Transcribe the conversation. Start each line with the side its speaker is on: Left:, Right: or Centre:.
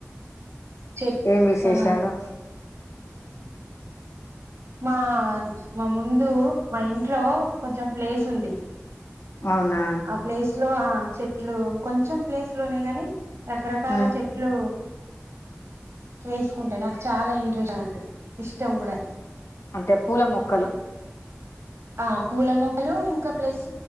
Right: చెట్
Left: ఏం విశేషాలు
Right: ఆ మా మా ముందు మా ఇంట్లో కొంచెం ప్లేస్ ఉంది
Left: అవునా
Right: ఆ ప్లేస్ లో చెట్లు కొంచెం ప్లేస్ లోనే గాని రకరకాల
Left: ఆ
Right: చెట్లు వేసుకుంటా నాకు చాలా ఇంట్రెస్ట్ అన్నట్టు ఇష్టం కూడా
Left: అంటే పూల మొక్కలు
Right: ఆ పూల మొక్కలు ఇంకా ప్లస్